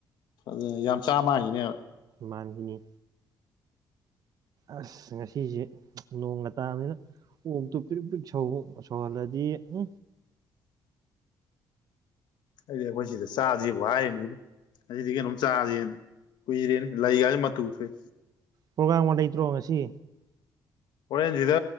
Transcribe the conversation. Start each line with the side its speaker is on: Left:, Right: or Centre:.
Left: ꯐꯖ ꯌꯥꯝ ꯆꯥ ꯃꯥꯟꯒꯤꯅꯦꯕ
Right: ꯃꯥꯒꯤꯅꯤ ꯑꯁ ꯉꯁꯤꯁꯦ ꯅꯣꯡꯒ ꯇꯥꯕꯅꯤꯅ ꯑꯣꯛꯇꯣ ꯄ꯭ꯔꯤꯛ ꯄ꯭ꯔꯤꯛ ꯁꯧ ꯁꯧꯍꯜꯂꯗꯤ ꯎ
Left: ꯑꯩꯗꯤ ꯑꯩꯈꯣꯏ ꯁꯤꯗ ꯆꯥꯖꯦꯕꯨ ꯍꯥꯏꯔꯤꯅꯤꯕꯣ ꯉꯁꯤꯗꯤ ꯀꯩꯅꯣꯝ ꯆꯥꯥꯁꯦꯅ ꯀꯨꯢꯔꯦꯅꯦ ꯂꯩ ꯀꯥꯁꯦ ꯃꯇꯨ ꯊꯣꯛꯑꯦ
Right: ꯄ꯭ꯔꯣꯒꯥꯝꯒꯥ ꯂꯩꯇ꯭ꯔꯣ ꯉꯁꯤ
Left: ꯍꯣꯔꯦꯟ ꯁꯤꯗ